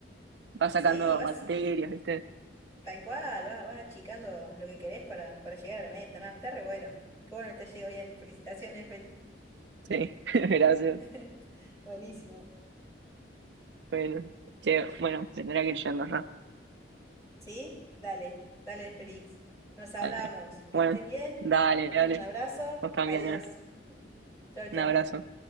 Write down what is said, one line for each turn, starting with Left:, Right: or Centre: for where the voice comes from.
Right: vas sacando
Left: Sí, vas
Right: materias, ¿viste?
Left: tal cual, vas, vas achicando lo que querés para, para llegar a la meta, nada está re bueno. Qué bueno que te ha ido bien, felicitaciones, Félix.
Right: Sí, <laughs> gracias.
Left: <laughs> Buenísimo.
Right: Bueno, che, bueno, me tendría que ir yendo ya.
Left: Sí, dale, dale, Félix. Nos hablamos,
Right: Dale.
Left: que
Right: Bueno,
Left: estés bien,
Right: dale,
Left: te
Right: dale,
Left: mando un abrazo,
Right: vos también,
Left: adiós,
Right: ¿eh?
Left: chau, chau.
Right: Un abrazo.